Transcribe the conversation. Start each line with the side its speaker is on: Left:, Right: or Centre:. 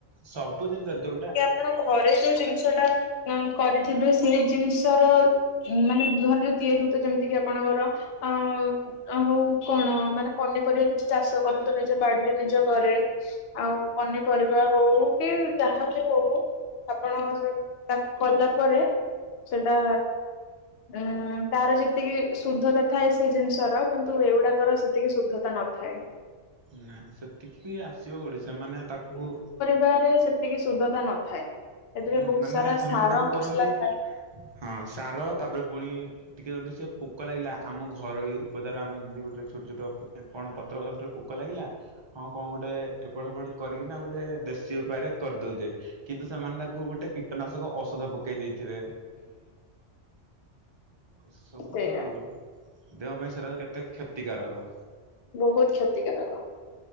Right: ସବୁ ଦିନ ଯଦି ଗୋଟା
Left: କାରଣ ଘରେ ଯୋଉ ଜିନିଷ ଟା ଉ କରିଥିବେ ସେଇ ଜିନିଷର। ମାନେ ଘରେ ଯୋଉ ତିଆରି ହଉଥିବ ଯେମିତି କିି ଆପଣଙ୍କର ଅ ଅ ହଉ କଣ ମାନେ ପନିପରିବା କିଛି ଚାଷ କରନ୍ତୁ ନିଜ ବାଡିରେ ନିଜ ଘରେ। ଆଉ ପନିପରିବା ହଉ କି ଯାହା ବି ହଉ। ଆପଣ ତାକୁ କଲା ପରେ। ସେଟା ଉଁ ତାର ଯେତିକି ଶୁଦ୍ଧତା ଥାଏ ସେ ଜିନିଷର। କିନ୍ତୁ ଏଇଗୁଡାକର ସେତିକି ଶୁଦ୍ଧତା ନଥାଏ।
Right: ନା ସେତିକି ବି ଆସିବ ଓଡିଶା ମାନେ ତାକୁ।
Left: ବାରେ ସେତିକି ସୁଦ୍ଧତା ନଥାଏ ସେଥିରେ
Right: ହଁ
Left: ବହୁତ
Right: ମାନେ
Left: ସାରା
Right: ସେମାନେ
Left: ସାର
Right: ତାକୁ କରନ୍ତି
Left: ମସଲା ଥାଏ।
Right: ହଁ ସାର ତାପରେ ପୁଣି। ଟିକେ ଯଦି ସେ ପୋକ ଲାଗିଲା ଆମ ଘରୋଇ ଉପଦାର ଆମେ ଯଦି ଗୋଟେ ଛୋଟ ଛୋଟ କଣ ପତ୍ର ପୋ କ ଲାଗିଲା ହଁ କଣ ଗୋଟେ। ଏପଟ ସେପଟ କରିକିନା ଗୋଟେ ଦେଶୀ ଉପାୟରେ କରିଦଉଛେ କିନ୍ତୁ ସେମାନେ ତା ଗୋଟେ କୀଟନାଶକ ଔଷଧ ପକେଇ ଦେଇଥିବେ। ଏସବୁ
Left: ସେଇଆ
Right: ତ ଆଉ ଦେହ ପାଇଁ ସେରାରେ କେତେ କ୍ଷତିକାରକ।
Left: ବହୁତ କ୍ଷତିକାରକ।